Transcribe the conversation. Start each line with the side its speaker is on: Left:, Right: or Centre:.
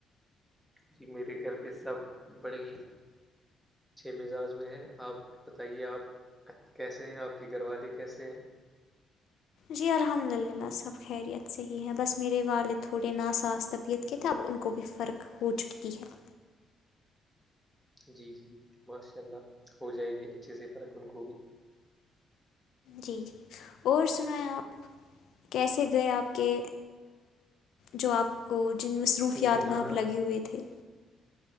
Centre: جی میرے گھر پہ سب بڑے گی- چھ مزاج میں ہیں آپ بتائیے آپ- کیسے ہیں آپ کی گھر والی کیسے ہے-
Left: جی الحمد للہ سب خیریت صحیح ہے بس میرے والد تھوڑے ناسااز طبیعت- کتاب ان کو بھی فرق ہو چکی ہے-
Centre: جی- جی ماشاء اللہ ہو جائے گی اچھے سے فرق ان کو بھی-
Left: جی- جی اور سنایا کیسے گئے آپ کے جو آپ- کو جن مصروفیات
Centre: امتحانات
Left: میں آپ لگے ہوئے تھے-